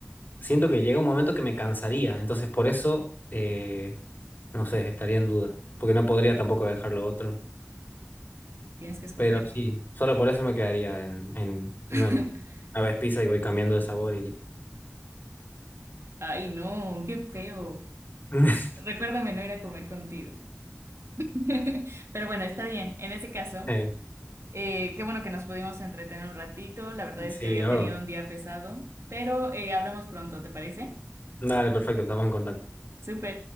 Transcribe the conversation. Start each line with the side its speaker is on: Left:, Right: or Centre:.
Left: siento que llega un momento que me cansaría, entonces por eso, eh, no sé, estaría en duda, porque no podría tampoco dejar lo otro,
Right: Tienes que escoger.
Left: pero sí, solo por eso me quedaría en, en una,
Right: <laughs>
Left: una vez pizza y voy cambiando de sabor y listo.
Right: Ay, no, qué feo.
Left: <laughs>
Right: Recuérdame no ir a comer contigo. <laughs> Pero bueno, está bien. En ese caso,
Left: Eh,
Right: eh, qué bueno que nos pudimos entretener un ratito. La verdad es
Left: Sí,
Right: que había
Left: la
Right: tenido
Left: verdad.
Right: un día pesado, pero eh, hablamos pronto, ¿te parece?
Left: Dale, perfecto, estamos en contacto.
Right: Súper.